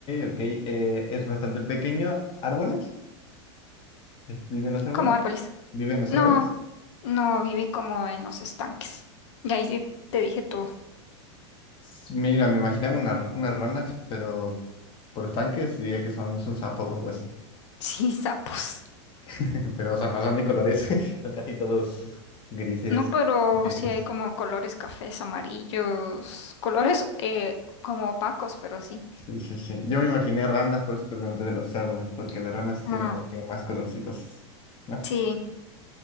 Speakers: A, on the left (about 35°); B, on the left (about 70°).
A: ok. eh, es bastante pequeño. ¿Árboles? ¿Es- ¿Viven los árboles?
B: como árboles.
A: ¿Viven los
B: No,
A: árboles?
B: no vive como en los estanques. Y ahí sí te dije todo.
A: S- Mira, me imaginaba una r- unas ranas, pero por estanques diría que son es un sapo o algo así.
B: <laughs> Sí, sapos.
A: <laughs> Pero o sea, no son de colores, <laughs> son casi todos grises.
B: No, pero
A: grises.
B: sí hay como colores cafés, amarillos, colores eh, como opacos, pero sí.
A: Sí, sí, sí. Yo me imaginé ranas, por eso te pregunté de los árboles, porque las ranas sí tienen
B: Ah,
A: como que más colorcitos, ¿no?
B: sí.